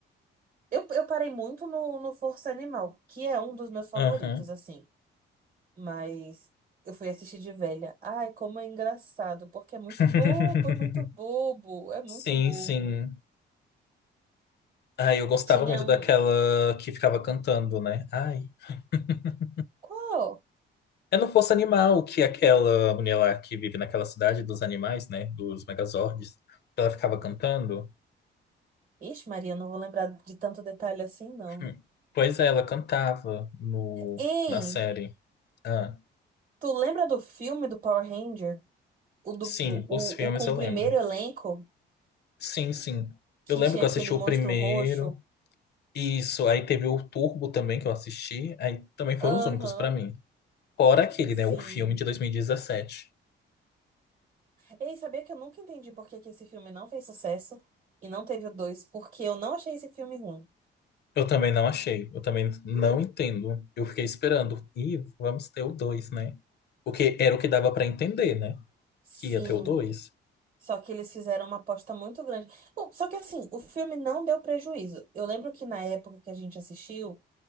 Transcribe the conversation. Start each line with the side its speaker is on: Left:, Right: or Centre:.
Right: Eu, eu parei muito no, no Força Animal, que é um dos meus favoritos,
Left: aham.
Right: assim. Mas eu fui assistir de velha. Ai, como é engraçado, porque é muito
Left: <laughs>
Right: bobo, é muito bobo, é muito
Left: Sim,
Right: bobo.
Left: sim. Ai, eu gostava
Right: Tinha
Left: muito
Right: um.
Left: daquela que ficava cantando, né? Ai. <laughs>
Right: Qual?
Left: Eu não fosse animal, que é aquela mulher lá que vive naquela cidade dos animais, né? Dos Megazords. Ela ficava cantando.
Right: Ixi, Maria, não vou lembrar de tanto detalhe assim, não.
Left: <clears throat> Hum. Pois é, ela cantava no,
Right: Hein?
Left: na série. Ah,
Right: Tu lembra do filme do Power Ranger? O, do,
Left: sim,
Right: o,
Left: os filmes
Right: o, o com
Left: eu
Right: o primeiro
Left: lembro.
Right: elenco?
Left: Sim, sim.
Right: Que
Left: Eu lembro
Right: tinha
Left: que
Right: aquele
Left: eu assisti o
Right: monstro
Left: primeiro.
Right: roxo?
Left: Isso, aí teve o Turbo também que eu assisti, aí também foram
Right: Aham,
Left: os únicos pra mim. Fora aquele,
Right: sim.
Left: né, o filme de 2017.
Right: Ei, sabia que eu nunca entendi por que que esse filme não fez sucesso e não teve o dois? Porque eu não achei esse filme ruim.
Left: Eu também não achei, eu também não entendo. Eu fiquei esperando, e vamos ter o 2, né? Porque era o que dava pra entender, né?
Right: Sim.
Left: Que ia ter o 2.
Right: Só que eles fizeram uma aposta muito grande. Bom, Só que assim, o filme não deu prejuízo. Eu lembro que na época que a gente assistiu.